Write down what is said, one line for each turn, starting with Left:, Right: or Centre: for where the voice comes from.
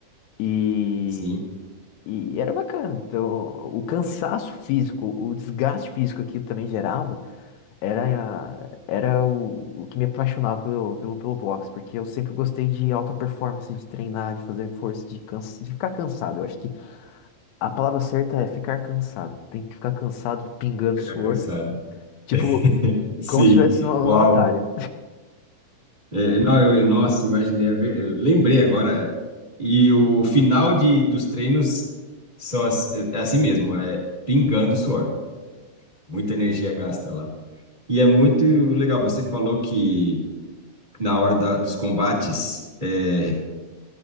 Left: E,
Right: sim,
Left: e era bacana. Então, o cansaço físico, o desgaste físico que aquilo também gerava. Era, era o, o que me apaixonava pelo, pelo, pelo boxe, porque eu sempre gostei de alta performance, de treinar, de fazer força, de, cansa, de ficar cansado. Eu acho que a palavra certa é ficar cansado. Tem que ficar cansado, pingando
Right: pegar
Left: suor,
Right: cansado.
Left: tipo,
Right: <laughs> Sim,
Left: como se estivesse numa,
Right: uau.
Left: numa batalha.
Right: É, não, eu- nossa, imaginei, é ver- eu lembrei agora. E o final de, dos treinos são as- é é assim mesmo, é pingando suor, muita energia gasta lá. E é muito legal, você falou que na hora da- dos combates é,